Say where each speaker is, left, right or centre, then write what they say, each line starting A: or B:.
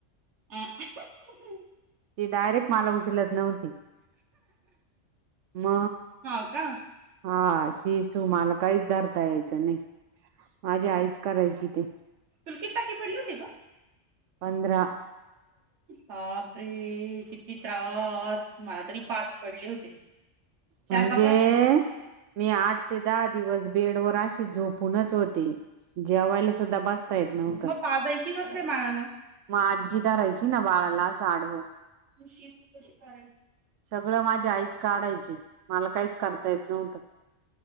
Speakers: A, on the right; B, on the right.
A: <unintelligible>
B: ती डायरेक्ट मला उचलत नव्हती म.
A: हा का
B: हा शिसू मला काहीच धरता यायचं नाही माझी आईच करायची ते.
A: तुला किती टाके पडले होते ग,,,
B: पंधरा
A: बापऽ अरे,, किती त्रास,,, मला तरी पाच पडले होते. चार
B: म्हणजे
A: का पाच
B: मी आठ ते दहा दिवस बेड वर अशी झोपूनच होते. जेवायला सुदा बसता येत नव्हत.
A: मग पाजायची कस काय बाळाला
B: मग आजी धरायची ना बाळाला आसं आडवं.
A: <unintelligible>
B: सगळं माझ्या आईच काढायची, मला काहीच करता येत नव्हतं.